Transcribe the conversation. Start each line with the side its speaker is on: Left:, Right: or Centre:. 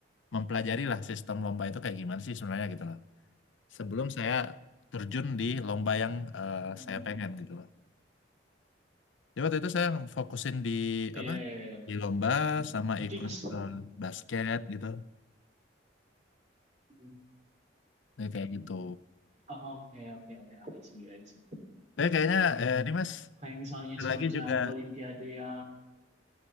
Left: mempelajari lah sistem lomba itu kayak gimana sih sebenarnya gitu loh. sebelum saya terjun di lomba yang eh,
Right: Hmm,
Left: saya pengen gitu loh. Jadi waktu itu saya fokusin di
Right: Iya,
Left: apa?
Right: iya, iya.
Left: Di lomba sama
Right: Mungkin
Left: ikut
Right: Mas-
Left: eh, basket gitu.
Right: Hmm.
Left: Jadi kayak gitu.
Right: Oh, Oke, oke, oke. I see, I see.
Left: Tapi kayaknya eh, ini Mas
Right: kayak misalnya semacam
Left: lagi juga
Right: olimpiade yang